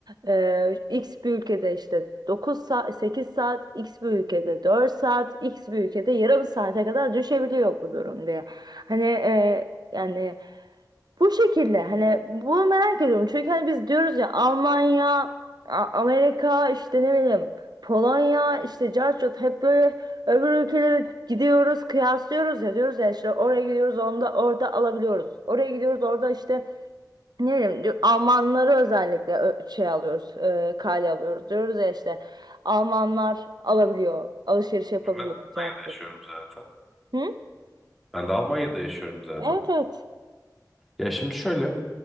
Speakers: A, on the right; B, in the centre.
A: Ee, X bir ülkede işte 9 saat 8 saat X bir ülkede 4 saat X bir ülkede yarım saate kadar düşebiliyor bu durum diye. Hani ee, yani bu şekilde hani bunu merak ediyorum. Çünkü hani biz diyoruz ya Almanya, A- Amerika işte ne bileyim Polonya işte Carchot hep böyle öbür ülkelere gidiyoruz kıyaslıyoruz ya diyoruz ya işte
B: Hı hı.
A: oraya gidiyoruz onda orada alabiliyoruz. Oraya gidiyoruz orada işte ne bileyim diyor- Almanları özellikle ö- şey alıyoruz e, kale alıyoruz diyoruz ya işte Almanlar alabiliyor alışveriş yapabiliyor
B: Ben Almanya'da
A: Carchot.
B: yaşıyorum zaten.
A: Hı?
B: Ben de Almanya'da yaşıyorum zaten.
A: Evet evet.
B: Ya şimdi şöyle